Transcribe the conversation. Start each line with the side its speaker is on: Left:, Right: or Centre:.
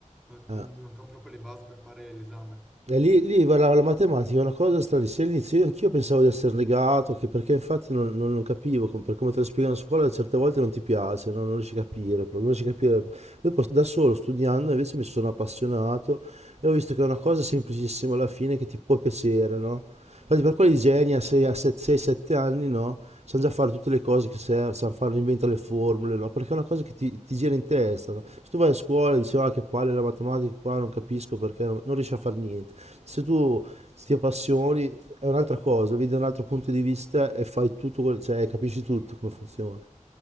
Centre: Non, non-
Right: eh.
Centre: mi mancavano proprio le basi per fare l'esame.
Right: E lì, lì parlava la matematica, è una cosa stranissima. All'inizio io- anch'io pensavo di essere negato, che perché infatti non, non- non capivo, com- per come te lo spiegano a scuola, certe volte non ti piace, no? Non riesci a capire, proprio, non riesci a capire. Poi pos- da solo, studiando, invece mi sono appassionato e ho visto che è una cosa semplicissima alla fine che ti può piacere, no? Infatti per quelli geni a 6-7 anni, no, sanno già fare tutte le cose che servono, sanno fare, inventano le formule, no, perché è una cosa che ti, ti gira in testa, no? Se tu vai a scuola e dici, ah, che palle la matematica qua, non capisco perché, non, non riesci a fare niente. Se tu ti appassioni è un'altra cosa, vedi da un altro punto di vista e fai tutto, quel- cioè capisci tutto come funziona.